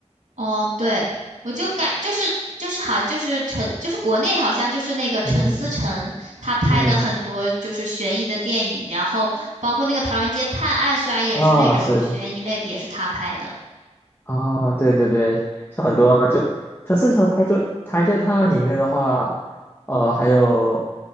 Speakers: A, on the right (about 80°); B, on the left (about 20°).
A: 哦，对，我就感就是就是好像就是陈就是国内好像就是那个陈思诚他拍的很多就是悬疑的电影，
B: 嗯嗯，
A: 然后包括那个《唐人街探案》，虽然也是那种悬疑类的，
B: 啊、是。
A: 也是他拍的。
B: 啊、对对对，就很多就就至少它就唐人街探案里面的话，呃，还有